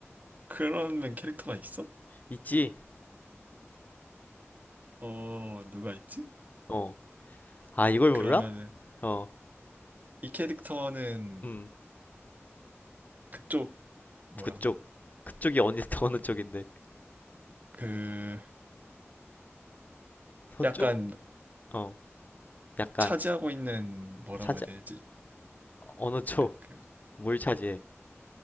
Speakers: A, on the right; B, on the left.
A: 그러면 캐릭터가 있어?
B: 있지?
A: 어 누가 있지?
B: 어, 아, 이걸 몰라?
A: 그러면은
B: 어,
A: 이 캐릭터는
B: 음,
A: 그쪽 뭐야
B: 그쪽. 그쪽이 어느, <laughs> 어느 쪽인데?
A: 그
B: 서쪽?
A: 약간
B: 어, 약간,
A: 차지하고 있는 뭐라고
B: 차지,
A: 해야 되지?
B: 어느 쪽?
A: 그,
B: 뭘 차지해?